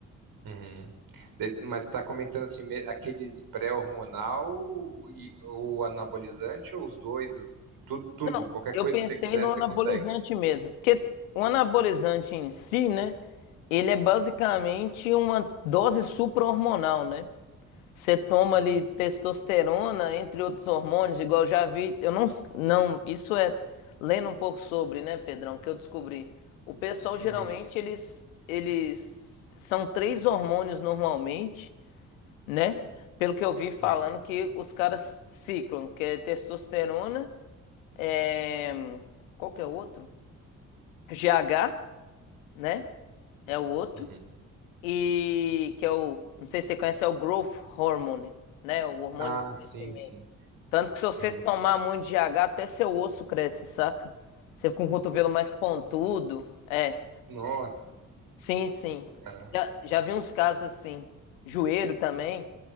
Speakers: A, on the right; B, on the left.
A: Uhum. Daí- Mas tu tá comentando assim, me- aqueles pré-hormonal e- ou anabolizante ou os dois? ou Tudo, tudo,
B: Não,
A: qualquer
B: eu
A: coisa
B: pensei
A: que você quiser,
B: no
A: você
B: anabolizante
A: consegue.
B: mesmo, porque o anabolizante em si, né, ele é basicamente uma dose supra-hormonal, né? Você toma
A: Hum,
B: ali testosterona, entre outros hormônios, igual eu já vi, eu não, s- não, isso é lendo um pouco sobre, né, Pedrão, que eu descobri. O pessoal
A: Uhum.
B: geralmente eles eles são três hormônios normalmente, né? Pelo que eu vi falando
A: uhum,
B: que os caras ciclam, que é testosterona é, qual que é o outro? GH, né? É o outro.
A: uhum,
B: E que é o, não sei se você conhece, é o Growth Hormone, né? O hormônio
A: Ah,
B: do
A: sim,
B: crescimento.
A: sim.
B: Tanto que se você
A: uhum.
B: tomar muito GH, até seu osso cresce, saca? Você fica com o cotovelo mais pontudo. É.
A: Nossa,
B: Sim, sim.
A: cara.
B: Já, já vi uns casos assim. Joelho também.